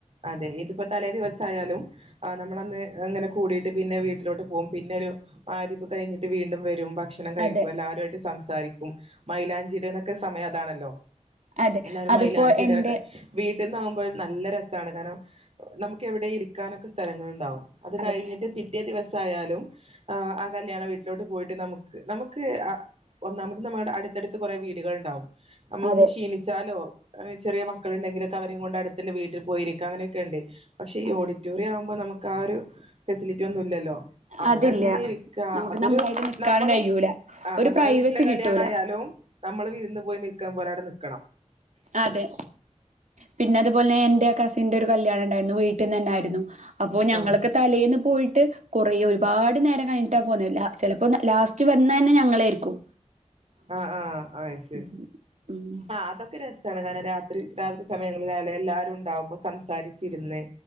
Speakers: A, on the right; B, on the right.
A: അതെ ഇതിപ്പോ തലേ ദിവസായാലും ആഹ് നമ്മള് അന്ന് അങ്ങനെ കൂടിയിട്ട് പിന്നെ വീട്ടിലോട്ട് പോകും. പിന്നെ ഒരു വരിപ്പ് കഴിഞ്ഞിട്ട് വീണ്ടും വരും ഭ ക്ഷണം കഴിക്കും
B: അതെ
A: എല്ലാവരുമായിട്ട് സംസാരിക്കും മൈലാഞ്ചിയുടെന്നൊക്കെ സമയം അതാണല്ലോ
B: അതെ
A: എല്ലാരും
B: അതിപ്പോ
A: മൈലാഞ്ചിയിടലൊക്കെ
B: എന്റെ
A: വീട്ടിൽ നിന്നാകുമ്പോൾ നല്ല രസമാണ് കാരണം നമുക്ക് എവിടെ ഇരിക്കാനൊക്കെ സ്ഥലങ്ങളുണ്ടാവും. അത്
B: അതെ
A: കഴിഞ്ഞിട്ട് പിറ്റേ ദിവസം ആയാലും ആ കല്യാണ വീട്ടിലോട്ട് പോയിട്ട് നമുക് ക്ക് നമുക്ക് ഒന്നാമത് നമ്മുടെ അടുത്തടുത്ത് കുറെ വീടുകൾ ഉണ്ടാവും നമ്മളൊന്ന്
B: അതെ
A: ക്ഷീണിച്ചാലോ ചെറിയ മക്കളുണ്ടെങ്കിലൊക്കെ അവരെയും കൊണ്ട് അടുത്തുളള വീട് ൽ പോയിരിക്ക അങ്ങനൊക്കെ ഉണ്ട് പക്ഷെ ഈ
B: ആ
A: ഓഡിറ്റോറിയം ആവുമ്പോ നമുക്ക് ആ ഒരു ഫെസിലിറ്റി ഒന്നും ഇല്ലല്ലോ അവിടെ
B: അതില്ല
A: അങ്ങനെ ഇരിക്കാ
B: നമുക്ക്
A: അതൊരു
B: നമ്മളായിട്ട് നിക്കാനും
A: നമ്മളും
B: കഴിയൂല ഒരു
A: നമ്മുടെ
B: പ്രൈവസി
A: വീട്ടിലെ കല്
B: കിട്ടൂല
A: ല്യാണയാലും നമ്മള് വിരുന്ന് പോയി നിൽക്കാൻ പോലെ അവിടെ നൽക്കണം
B: അതെ പിന്നെ അതുപോലെ എന്റെ കസിന്റെ ഒരു കല്യാണം ഉണ്ടായിരുന്നു വീട്ടിൽ നിന്ന് തന്നായിരുന്നു. അപ്പൊ ഞങ്ങൾകെ
A: ആഹ്
B: തലേന്ന് പോയിട്ട് കുറേ ഒരുപാട് നേരം കഴഞ്ഞിട്ടാ പോന്ന് ചിലപ്പോ ലാസ്റ്റ് വന്ന തന്നെ ഞങ്ങള് ആരിക്കും.
A: ആഹ് ആഹ് അത് ശരി
B: ഉം ഉം
A: അതൊക്കെ രസ ണ് രാത്രി രാത്രി സമയങ്ങളിൽ ആയാലും എല്ലാവരും ഉണ്ടാവുമ്പോ സംസാരിച്ചിരുന്ന്